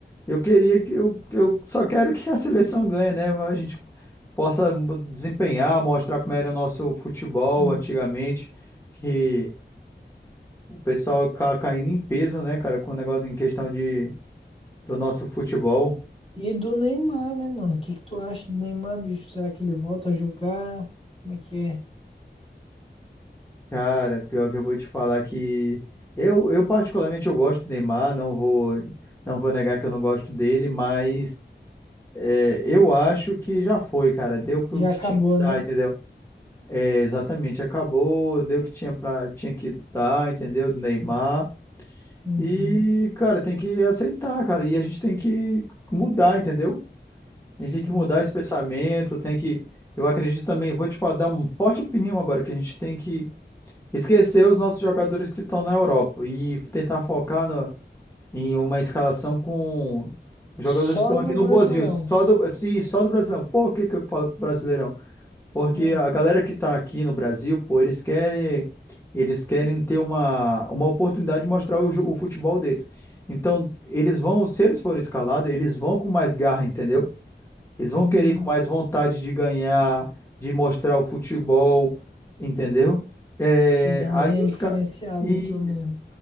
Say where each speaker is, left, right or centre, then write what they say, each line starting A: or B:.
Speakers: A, on the left; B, on the left.
A: eu queria que eu, que eu só quero <laughs> que a seleção ganhe, né? A gente possa desempenhar, mostrar como era o nosso futebol
B: Sim.
A: antigamente, que o pessoal ca- caindo em peso, né, cara, com o negócio em questão de, do nosso futebol.
B: E do Neymar, né, mano? O que que tu acha do Neymar, bicho? Será que ele volta a jogar? Como é que é?
A: Cara, pior que eu vou te falar que eu, eu particularmente eu gosto do Neymar, não vou, não vou negar que eu não gosto dele, mas é, eu acho que já foi, cara, deu pro
B: Já
A: que
B: acabou,
A: tinha que dar,
B: né?
A: entendeu? É, exatamente, acabou, deu o que tinha pra, tinha que dar, entendeu? Do Neymar.
B: Uhum,
A: E, cara, tem que aceitar, cara. E a gente tem que mudar, entendeu? A
B: sim.
A: gente tem que mudar esse pensamento, tem que. Eu acredito também, vou te falar, dar uma forte opinião agora, que a gente tem que esquecer os nossos jogadores que estão na Europa e tentar focar na- em uma escalação com os
B: Só
A: jogadores que estão
B: no
A: aqui no
B: Brasileirão.
A: Brasil, só do, sim, só do Brasileirão. Por que que eu falo Brasileirão? Porque
B: Ah,
A: a galera que tá aqui no Brasil, pô, eles querem, eles querem ter uma, uma oportunidade de mostrar o, jo- o futebol deles. Então, eles vão, se eles forem escalados, eles vão com mais garra, entendeu? Eles vão
B: hum,
A: querer ir com mais vontade de ganhar, de mostrar o futebol, entendeu? É,
B: opiniãozinha
A: aí os
B: diferenciada
A: caras. Isso,
B: tu mesmo.